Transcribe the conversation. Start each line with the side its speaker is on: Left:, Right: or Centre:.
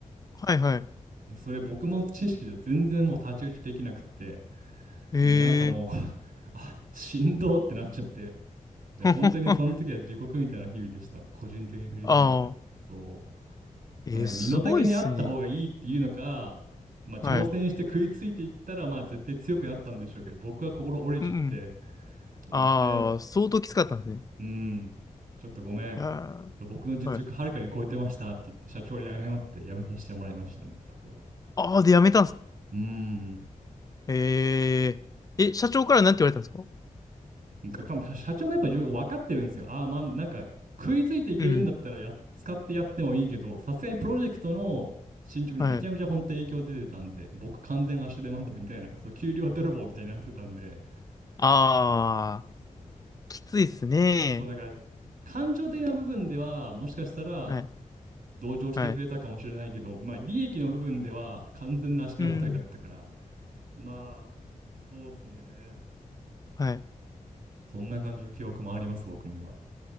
Left: はい、はい。
Right: で、それ僕も知識じゃ全然もう太刀打ちできなくって、
Left: へえ、
Right: でもなんかもう <laughs> あ、しんどってなっちゃって、で、
Left: <laughs>
Right: 本当にその時は地獄みたいな日々でした。個人的に振り返ったら。
Left: ああ、
Right: そう。
Left: えー、
Right: まあ、なんか身の丈にあった方がいいっていうのか、
Left: すごいっすね。
Right: まあ、挑戦して食いついていったら、
Left: はい。
Right: まあ、絶対強くなったんでしょうけど、僕は心折れちゃって、
Left: うんうん。
Right: すいません、
Left: ああ、相当きつかったんですね。
Right: うん、ちょっとごめん、
Left: あ
Right: と僕の実力はるかに超えてましたって言って、
Left: あ、はい。
Right: 社長に謝って辞めさせてもらいましたね、そこは。
Left: ああ、で、やめたんですか。
Right: うん。
Left: ええ、え、社長からなんて言われたんですか
Right: なんか多分社社長もやっぱ分かってるんですよ。ああ、まあなんか食いついていけるんだったらやっ使ってやってもいいけど、
Left: うん。
Right: さすがにプロジェクトの進捗にめちゃめちゃ本当に影響出てたんで、
Left: はい。
Right: 僕完全足手まといみたいな、そう、給料泥棒みたいになってたんで、
Left: ああ、
Right: そうそう。
Left: きついっすね。
Right: そうだから感情的な部分ではもしかしたら
Left: はい、
Right: 同情してくれたかもしれないけど、
Left: はい。
Right: まあ利益の部分では完全な足手まといだったから、
Left: うん。
Right: まあ、そうですね。
Left: はい。
Right: そんな感じの記憶もあります、僕には。